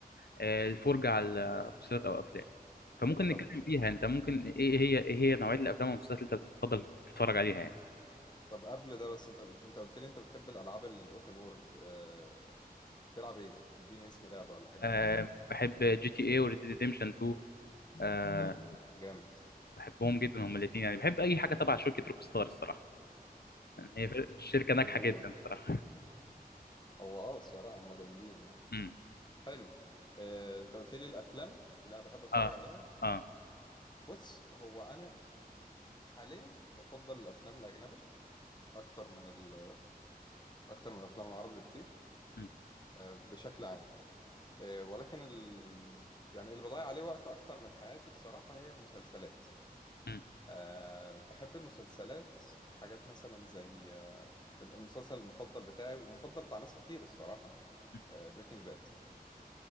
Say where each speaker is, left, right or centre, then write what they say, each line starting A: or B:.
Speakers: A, on the left; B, on the left.
A: آه، الفرجة على مسلسلات أو أفلام فممكن نتكلم
B: طب
A: فيها أنت ممكن إيه إيه هي إيه هي نوعية الأفلام والمسلسلات اللي أنت بتفضل تتفرج عليها يعني
B: طب قبل ده بس أنت قلت أنت قلت لي أنت بتحب الألعاب الأوبن وورلد آه بتلعب إيه؟ إديني اسم لعبة ولا حاجة من
A: أه
B: اللي أنت بتلعب
A: بحب جي تي إيه وريد ديمشن 2 أه
B: أوف جامد
A: بحبهم جدا هما الاتنين يعني بحب أي حاجة تبع شركة روك ستار الصراحة هي فر- شركة
B: <laughs>
A: ناجحة
B: جيمر
A: جدا الصراحة
B: هو أه الصراحة هما جامدين يعني
A: امم
B: حلو آه أنت قلت لي الأفلام اللي أنا بحب أتفرج
A: اه
B: عليها
A: اه
B: بص هو أنا حاليا بفضل الأفلام الأجنبي أكتر من ال أكتر من الأفلام العربي بكتير
A: مم.
B: آه بشكل عام آه، ولكن ال... يعني اللي بضيع عليه وقت اكتر من حياتي بصراحة هي المسلسلات
A: مم.
B: أه بحب المسلسلات حاجات مثلا زي آه، المسلسل المفضل بتاعي والمفضل بتاع ناس كتير الصراحة
A: مم.
B: بريكنج باد